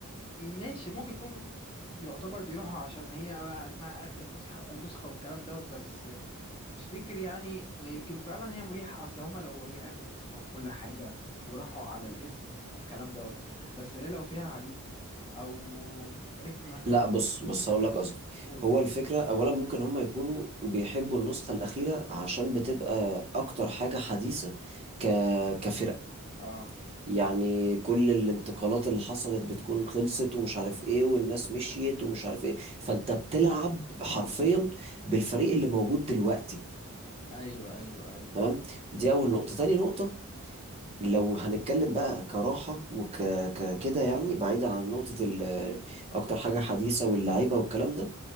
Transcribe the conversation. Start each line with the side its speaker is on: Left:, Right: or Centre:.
Left: ماشي ممكن يكون يعتبر بيروحوا عشان هي بقى اسمها آخر نسخة نسخة والكلام دوت بس تفتكر يعني ما يمكن فعلا هي مريحة اصل هما لو هي اخر نسخة وكل حاجة وراحوا على الاسم والكلام دوت بس هي لو فيها عيوب او رخمة
Right: لا بص بص هقول لك قصدي
Left: قولي
Right: هو الفكرة أولا ممكن هم يكونوا بيحبوا النسخة الأخيرة عشان بتبقى أكتر حاجة حديثة ك... كفرق
Left: اه
Right: يعني كل الانتقالات اللي حصلت بتكون خلصت ومش عارف إيه والناس مشيت ومش عارف إيه فأنت بتلعب حرفيا بالفريق اللي موجود دلوقتي
Left: ايوه ايوه ايوه
Right: تمام
Left: ايوه
Right: دي أول نقطة تاني نقطة لو هنتكلم بقى كراحة وك ك- كده يعني بعيدا عن نقطة ال... أكتر حاجة حديثة واللعيبة والكلام ده